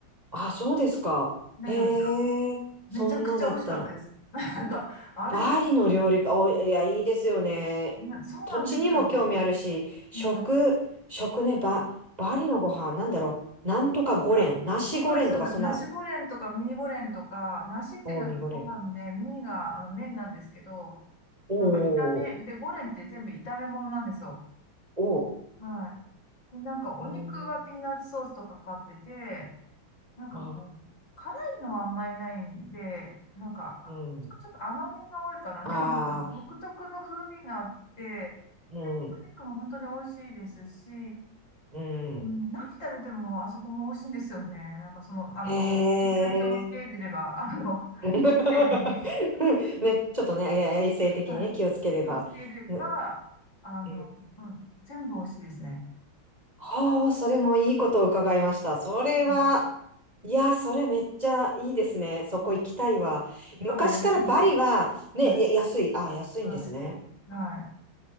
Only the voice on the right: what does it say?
あ、そうですか。
へえ、
そんなだったら。
バリの料理か、
お、いや、いいですよね。
土地にも興味あるし、食、
食ね、バ、バリのご飯、なんだろう。なんとかゴレン、
ナシゴレンとか、
そんな、
おーミゴレン。
お
ー
おー
えー、
あ、
うん。
ああ、
うん、
うん。
へえ。
<laughs>
ね、ちょっとね、え衛生的にね、
気をつければ。
ね
うん。
はあ、それもいいことを伺いました。それは、
いや、それめっちゃいいですね。そこ行きたいわ。
昔からバリは、ね、
や、安い。あ、安いんですね。